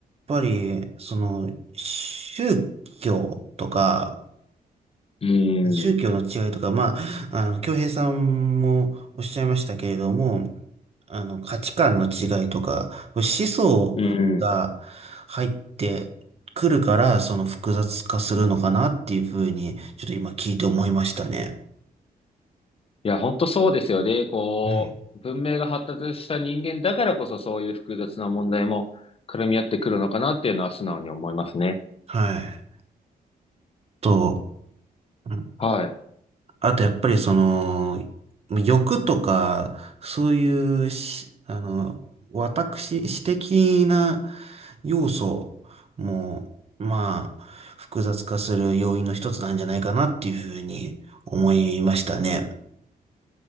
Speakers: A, on the right; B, on the left.
A: ぱり、その、宗教とか、
B: うん。
A: 宗教の違いとか、
B: うん、
A: まあ、あの、京平さんもおっしゃいましたけれども、あの、価値観の違いとか、思想が
B: うん、うん。
A: 入ってくるから、その複雑化するのかなっていうふうに、ちょっと今聞いて思いましたね。
B: いや、本当そうですよね。こう、
A: うん。
B: 文明が発達した人間だからこそそういう複雑な問題も絡み合ってくるのかなっていうのは素直に思いますね。
A: はい。と、うん
B: はい。
A: あとやっぱりその、欲とか、そういうし、あの、私、私的な要素も、まあ、複雑化する要因の一つなんじゃないかなっていうふうに思いましたね。